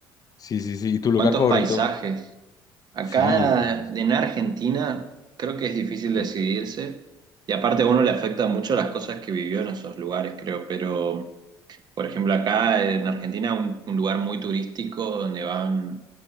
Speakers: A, on the left; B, on the right.
A: Sí, sí, sí. ¿Y tu
B: ¿Cuántos
A: lugar favorito?
B: paisajes? Acá
A: Sí, hermoso.
B: en Argentina creo que es difícil decidirse
A: Sí,
B: y aparte a uno le afecta mucho las cosas que vivió en esos lugares, creo, pero por ejemplo acá en Argentina un, un lugar muy turístico donde van